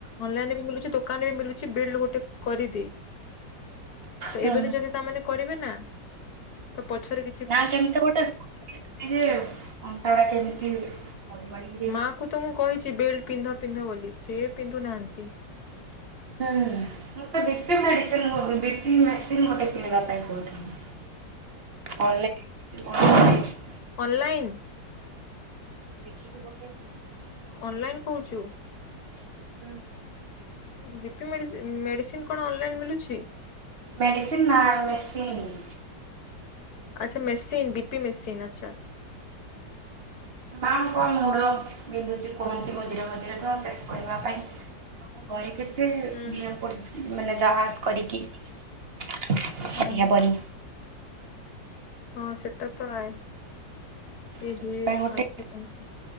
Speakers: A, on the left; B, on the right.
A: ଅନଲାଇନରେ ବି ମିଲୁଛି ଦୋକାନରେ ବି ମିଲୁଛି ବିଲ୍ ଗୋଟେ କରିଦେ। ତ
B: ହୁଁ
A: ଏବେନୁ ଯଦି ତମେମାନେ କରିବେ ନା ତ ପଛରେ କି
B: ନା ସେମିତି ଗୋଟେ <unintelligible> ଅଣ୍ଟା ଗୁଡା କେମିତି ମୋଡ଼ି ମାଡ଼ିକି
A: ମାଆକୁ ତ ମୁଁ କହିଛି ବେଲ୍ଟ ପିନ୍ଧ ପିନ୍ଧ ବୋଲି ସେ ପିନ୍ଧୁ ନାହାନ୍ତି।
B: ହୁଁ ମତେ ବିପି ମେଡ଼ିସିନ <unintelligible> ବିପି ମେଡ଼ିସିନ ମତେ କିଣିବା ପାଇଁ କହୁଥିଲି। <unintelligible>
A: ଅନଲାଇନ୍?
B: ଦେଖିକି ଗୋଟେ <unintelligible>
A: ଅନଲାଇନ କହୁଛୁ
B: ହୁଁ।
A: ବିପି ମେଡ଼ିସିନ, ମେଡ଼ିସିନ କଣ ଅନଲାଇନ୍ ମିଳୁଛି?
B: ମେଡ଼ିସିନ୍ ନା ମେସିନ୍? ମେସିନ୍
A: ଆଚ୍ଛା ମେସିନ୍ ବିପି ମେସିନ୍ ଆଚ୍ଛା।
B: ମା କଣ ମୂଳ ବିନ୍ଧୁଛି କୁହନ୍ତି ମଝିରେ ମ ଏରାକ ତାକୁ କହିବା ପାଇଁ ଆମ ଘରେ କେତେ
A: ହୁଁ
B: ନିଆଁ
A: ହୁଁ।
B: ପଡୁଛି। ମାନେ ଜାହାଜ କରିକି କରିହବନି।
A: ହୁଁ ହୁଁ ହଁ ସେଟା ତ ରାଏ, ଏହେ
B: ସେଥିପାଇଁ ଗୋଟେ
A: ଆଜି ପାଇଁକା।